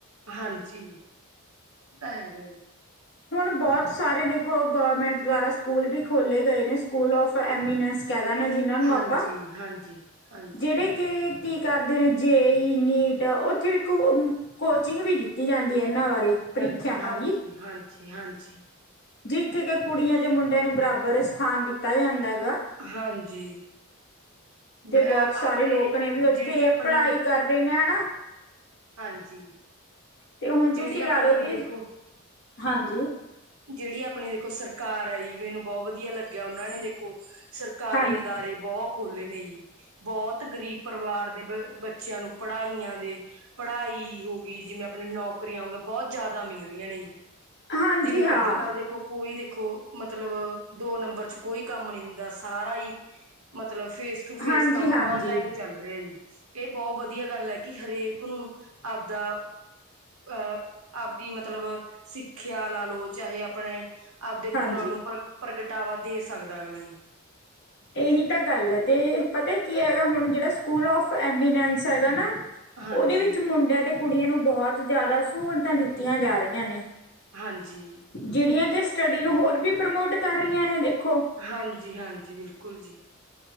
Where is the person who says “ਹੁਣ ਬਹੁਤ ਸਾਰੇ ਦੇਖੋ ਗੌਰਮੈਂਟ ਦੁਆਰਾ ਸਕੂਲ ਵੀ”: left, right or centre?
Left